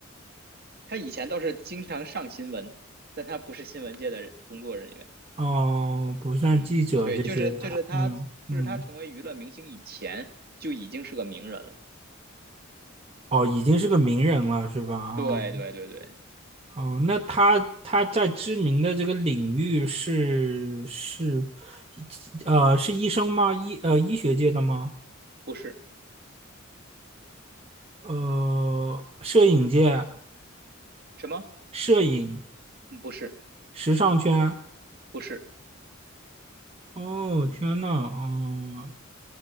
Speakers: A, on the right; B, on the right.
A: 他以前倒是经常上新闻，但他不是新闻界的工作人员。
B: 哦，不算记者这些，
A: 嗯，对，就是就是他就是他成为娱乐明星以前就已经是个名人了。
B: 嗯嗯，哦，已经是个名人了，是吧？啊、
A: 对对对对，
B: 哦，哦，那他他在知名的这个领域是是，呃，是医生吗？医呃医学界的吗？
A: 不是
B: 呃，摄影界、
A: 什么，
B: 摄影、
A: 嗯不是
B: 时尚圈。
A: 不是，
B: 哦，天呐，哦，